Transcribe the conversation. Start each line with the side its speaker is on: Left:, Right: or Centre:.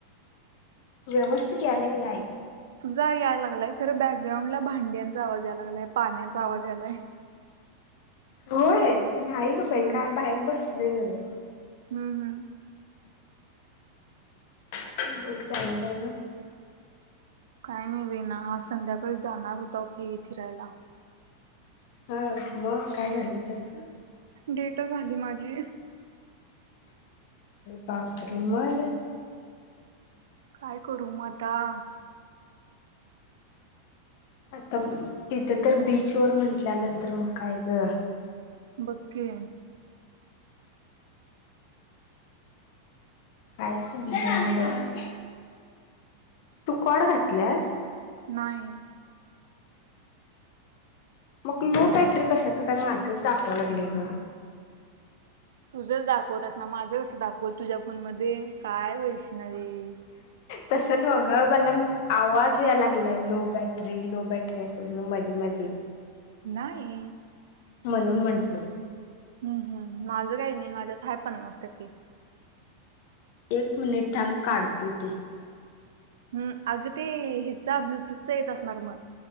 Left: व्यवस्थित यालाय की नाई
Right: तुझा याय लागलाय खरं बॅकग्राऊंड ला भांड्यांचा आवाज याय लागलाय पाण्याचा आवाज यायलाय.
Left: होय नाही गं बाई
Right: होय
Left: काय बाहेर बसलोय न्हव्हे.
Right: हम्म हम्म.
Left: बोला की आणि काय मगं?
Right: काही नाही बाईना आज संध्याकाळी जाणार होताव की फिरायला.
Left: हा मगं काय झालं त्याच.
Right: डेट झाली माझी.
Left: बापरे मगं?
Right: काय करू मगं आता.
Left: आता तिथं तर बीचवर म्हंटल्यानंतर मग काय ग.
Right: बक्की.
Left: काय समजना बग. तू कॉड घातल्यास?
Right: नाई.
Left: मग लो बॅटरी कशाच काय माझंच दाखवाय लागलंय ग.
Right: तुझं दाखवत असना माझं कसं दाखवल तुझ्या फोन मध्ये काय वैष्णवी.
Left: तस न्हवं ग मला आवाज याय लागलाय लो बॅटरी, लो बॅटरी अस म मधी मधी.
Right: नाही.
Left: म्हणून म्हंटलं.
Right: हम्म हम्म माझं काय नाई माझ्यात हाय पन्नास टक्के.
Left: एक मिनिट थांब काढतो ते.
Right: हम्म अगदी हिचा ब्लुतूथचा येत असणार मग.